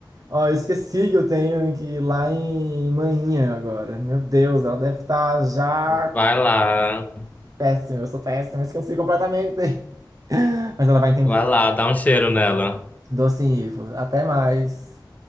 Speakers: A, on the right; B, on the left.
A: Ó, eu esqueci que eu tenho que ir lá em Manhã agora. Meu Deus, ela deve estar já
B: Vai lá,
A: péssima. Eu sou péssima, esqueci completamente. <laughs> Mas ela vai entender.
B: vai lá, dá um cheiro nela.
A: Docinho, Ivo. Até mais.